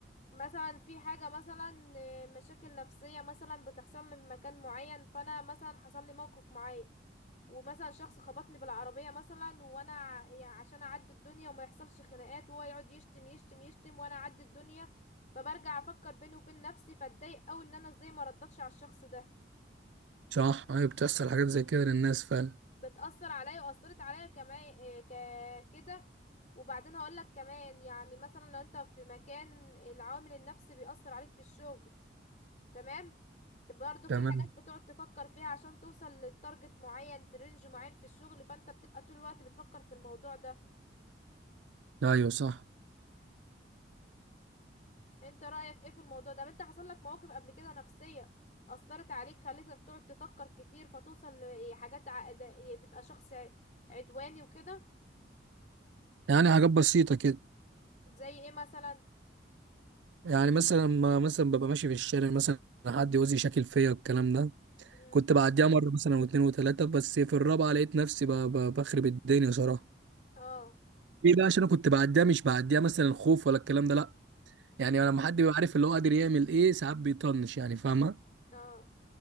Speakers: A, on the left; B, on the right.
A: مثلا في حاجة مثلا آه، مشاكل نفسية مثلا بتحصل لي من مكان معين فانا مثلا حصل لي موقف معين ومثلا شخص خبطني بالعربية مثلا وانا ع- يعني عشان اعدي الدنيا وما يحصلش خناقات وهو يقعد يشتم يشتم يشتم وانا اعدي الدنيا فبرجع افكر بيني وبين نفسي فاتضايق اوي ان انا ازاي ما ردتش على الشخص ده
B: صح أيوة بتحصل حاجات زي كده للناس فعلا
A: بتأثر عليا واثرت عليا كمان آه، ك- كده وبعدين هقولك كمان يعني مثلا لو انت في مكان العامل النفسي بيأثر عليك في الشغل تمام برضه في
B: تمام
A: حاجات بتقعد تفكر فيها عشان توصل للتارجت معين في رينج معين في الشغل فانت بتبقى طول الوقت بتفكر في الموضوع ده
B: أيوة صح
A: انت رأيك ايه في الموضوع ده طب انت حصل لك مواقف قبل كده نفسية أثرت عليك خليتك تقعد تفكر كتير فتوصل لحاجات عقد... تبقى شخص ع- عدواني وكده
B: يعني حاجات بسيطة كده
A: زي ايه مثلا
B: يعني مثلا ما مثلا ببقى ماشي في الشارع مثلا حد يوزي شكل فيا والكلام ده
A: امم
B: كنت بعديها مرة مثلا واتنين وتلاتة بس في الرابعة لقيت نفسي ب... ب... بخرب الدنيا صراحة
A: اه
B: ليه بقى عشان انا كنت بعديها مش بعديها مثلا خوف ولا الكلام ده لا يعني
A: مم.
B: لما حد بيبقى عارف اللي هو قادر يعمل ايه ساعات بيطنش يعني فاهمة
A: اه